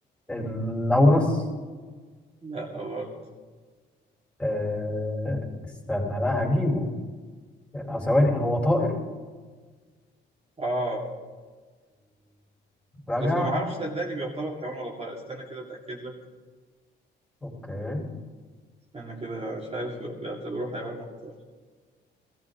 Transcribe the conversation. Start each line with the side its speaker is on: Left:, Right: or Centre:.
Centre: النورس
Right: لا برضه
Centre: أه استنى لا هجيبه هو ثواني هو طائر
Right: اه
Centre: البجع
Right: بس ما اعرفش صدقني بيعتبر حيوان ولا طائر استنى كده اتاكد لك
Centre: اوكي
Right: استنى كده مش عارف بيعتبروه حيوان ولا طائر